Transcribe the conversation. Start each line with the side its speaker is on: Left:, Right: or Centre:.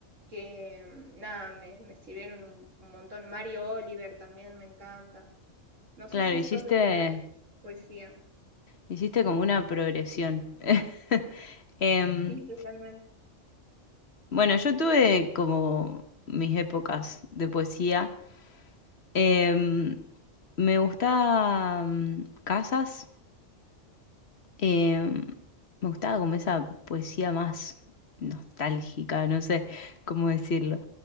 Right: que mm, nada, me, me sirvieron un, un montón. Mario Oliver también me encanta. No sé
Left: Claro,
Right: si sos
Left: hiciste,
Right: de leer poesía.
Left: hiciste como una progresión. <laughs> Em,
Right: Sí, totalmente.
Left: bueno, yo tuve como mis épocas de poesía. Em, me gustaba mm, Casas, Em, me gustaba como esa poesía más nostálgica, no sé cómo decirlo.